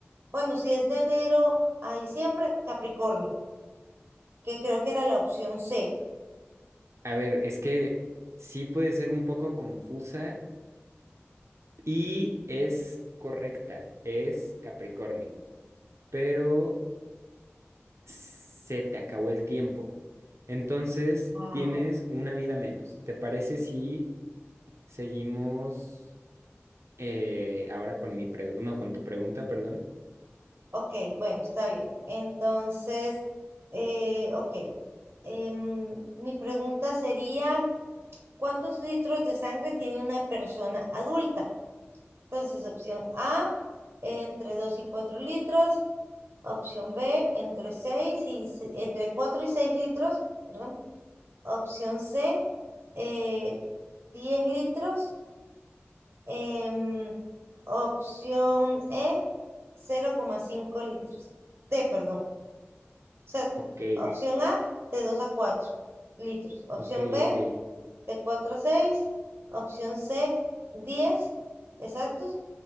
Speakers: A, on the right; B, on the right.
A: Bueno, si es de enero a diciembre, Capricornio, que creo que era la opción C.
B: A ver, es que sí puede ser un poco confusa y es correcta, es Capricornio, pero se te acabó el tiempo. Entonces
A: Ay,
B: tienes una vida menos. ¿Te parece si seguimos eh, ahora con mi pre- no, con tu pregunta, perdón?
A: ok, bueno, está bien. Entonces, eh, ok. em, mi pregunta sería, ¿cuántos litros de sangre tiene una persona adulta? Entonces, opción A, entre 2 y 4 litros. Opción B, entre 6 y, se- entre 4 y 6 litros, perdón. Opción C, eh, 10 litros. Em, opción E, cero coma cinco litros. D, perdón. O sea,
B: Ok,
A: opción A, de 2 a 4 litros.
B: ok,
A: Opción B,
B: ok.
A: de 4 a seis Opción C, 10 exactos.